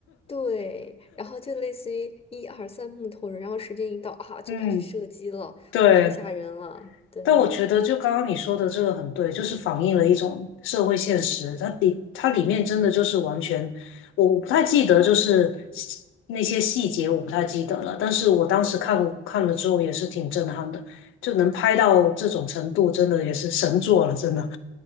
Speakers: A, on the left; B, on the left.
A: 对，然后就类似于一二三木头人，然后时间一到啊，就开始射击了，
B: <laughs> 嗯，对，
A: 哇，太吓人了，对。
B: 但我觉得，就刚刚你说的这个很对，就是反映了一种社会现实。它里它里面真的就是完全，我我不太记得，就是细那些细节我不太记得了。但是我当时看看了之后也是挺震撼的，就能拍到这种程度，真的也是神作了，真的。